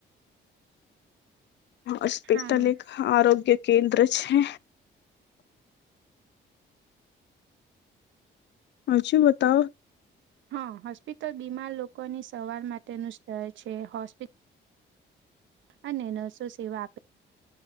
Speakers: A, on the left; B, on the right.
A: હોસ્પિટલ
B: હા
A: એક આરોગ્ય કેન્દ્ર છે હજુ બતાવો
B: હા હોસ્પિટલ બીમાર લોકોની સવાર માટેનું સ્તર છે, હોસ્પિ અને નર્સો સેવા આપે,